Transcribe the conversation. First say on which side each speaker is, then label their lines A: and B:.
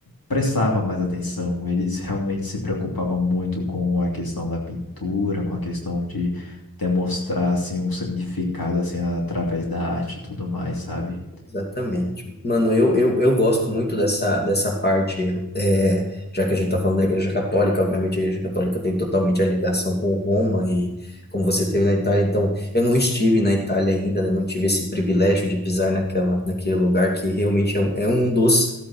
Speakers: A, on the left; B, on the left.
A: prestava mais atenção. Eles realmente se preocupavam muito com a questão da pintura, com a questão de demonstrar assim um significado assim através da arte e tudo mais, sabe?
B: Exatamente. Mano, eu, eu, eu gosto muito dessa, dessa parte, é, já que a gente está falando da Igreja Católica, obviamente a Igreja Católica tem totalmente a ligação com Roma e como você teve na Itália, então eu não estive na Itália ainda, né, não tive esse privilégio de pisar naquela, naquele lugar que realmente é, um- é um dos